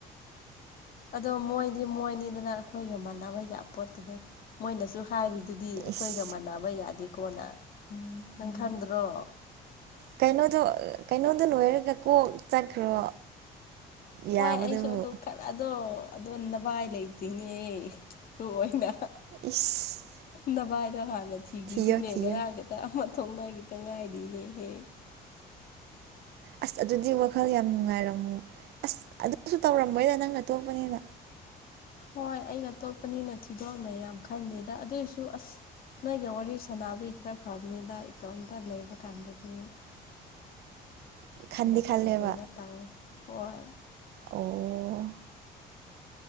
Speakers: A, on the left (about 60°); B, on the right (about 75°).
A: ꯑꯗꯣ ꯃꯣꯏꯗꯤ ꯃꯣꯏꯅꯤꯗꯅ ꯑꯩꯈꯣꯏꯒ ꯃꯥꯟꯅꯕ ꯌꯥ ꯄꯣꯠꯇ‌ꯦꯍꯦ ꯃꯣꯏꯅꯁꯨ ꯍꯥꯏꯔꯤꯗꯨꯗꯤ ꯑꯩꯈꯣꯏꯒ
B: ꯏꯁ
A: ꯃꯥꯟꯅꯕ ꯌꯥꯗꯦꯀꯣꯅ ꯅꯪ ꯈꯪꯗ꯭ꯔꯣ
B: ꯀꯩꯅꯣꯗꯣ ꯀꯩꯅꯣꯗꯣ ꯅꯣꯏꯔꯒ ꯀꯣꯛ ꯆꯠꯈ꯭ꯔꯣ ꯌꯥꯕꯗꯨꯕꯨ
A: ꯍꯣꯏ ꯑꯩꯁꯨ ꯑꯗꯨ ꯈꯔꯥ ꯑꯗꯣ ꯑꯗꯣ ꯅꯚꯥꯏ ꯂꯩꯇ꯭ꯔꯤꯅꯦꯍ‌ꯦ ꯃꯔꯨ ꯑꫭꯏꯅ
B: ꯏꯁ
A: ꯅꯚꯥꯏꯗꯣ ꯍꯥꯟꯅ ꯊꯤꯈꯤꯁꯤꯅꯦ
B: ꯊꯤꯌꯣ ꯊꯤꯌꯣ
A: ꯉꯔꯥꯡꯒ ꯑꯃꯥ ꯊꯣꯡꯅꯈꯤꯗ ꯉꯥꯏꯔꯤꯅꯦꯍꯦ
B: ꯑꯁ ꯑꯗꯨꯗꯤ ꯋꯥꯈꯜ ꯌꯥꯝ ꯅꯨꯡꯉꯥꯏꯔꯝꯃ ꯑꯁ ꯑꯗꯨꯁꯨ ꯇꯧꯔꯝꯃꯣꯏꯗ ꯅꯪꯅ ꯇꯣꯛꯄꯅꯤꯅ
A: ꯍꯣꯏ ꯑꯩꯅ ꯇꯣꯛꯄꯅꯤꯅ ꯊꯤꯗꯣꯛꯅꯩ ꯌꯥꯝ ꯈꯟꯗꯦꯗ ꯑꯗꯨꯑꯣꯏꯁꯨ ꯑꯁ ꯅꯣꯏꯒ ꯋꯥꯔꯤ ꯁꯥꯟꯅꯕꯒꯤ ꯈꯔ ꯐꯕꯅꯤꯗ ꯏꯇꯣꯝꯇ ꯂꯩꯕ ꯀꯥꯟꯗꯗꯤ
B: <inaudible> ꯈꯟꯗꯤ
A: ꯈꯔ
B: ꯈꯜꯂꯦꯕ
A: ꯈꯔ ꯀꯩꯅꯣ ꯇꯧꯋꯦ ꯍꯣꯏ
B: ꯑꯣ